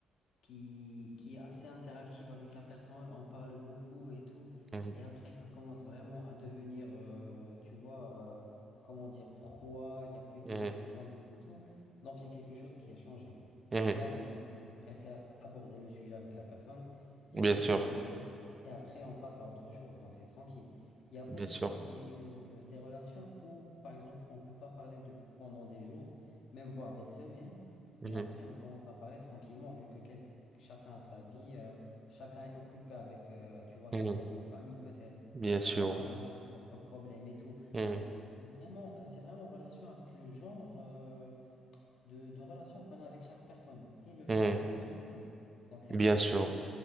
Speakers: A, on the left (about 70°); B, on the right (about 30°).
A: qui, qui est assez interactive avec la personne, on parle beaucoup et tout.
B: mhm,
A: Et après, ça commence vraiment à devenir, euh, tu vois, euh, comment dire, froid, il n'y a plus de,
B: mhm,
A: de contact et tout. Donc, il y a quelque chose qui a changé. Donc,
B: mhm.
A: moi, personnellement, je préfère aborder le sujet avec la personne, éclaircir
B: Bien sûr,
A: les choses, et après, on passe à autre chose. Donc, c'est tranquille. Il y a
B: bien
A: aussi
B: sûr.
A: des, euh, des relations où, par exemple, on ne peut pas parler de, pendant des jours, même voire des semaines.
B: Mhm,
A: Mais après, on commence à parler tranquillement, vu que quel- Chacun a sa vie, euh, chacun est occupé avec, euh, tu vois, sa
B: mhm,
A: propre famille peut-être,
B: bien
A: son
B: sûr.
A: travail, ses propres problèmes et tout.
B: Mhm,
A: Donc, il y a vraiment, euh, c'est vraiment en relation avec le genre. euh, de, de relation qu'on a avec chaque personne et le genre
B: mhm,
A: de personne qu'on est. Donc c'est
B: bien
A: pour ça
B: sûr.
A: que j'ai,